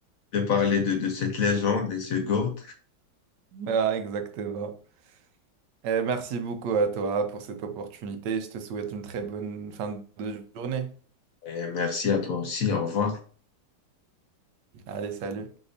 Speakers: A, on the left (about 60°); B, on the right (about 80°).
A: de parler de, de cette légende et ce GOAT.
B: Ah, exactement. Eh, merci beaucoup à toi pour cette opportunité. Je te souhaite une très bonne fin de journée.
A: Et merci à toi aussi, au revoir.
B: Allez, salut.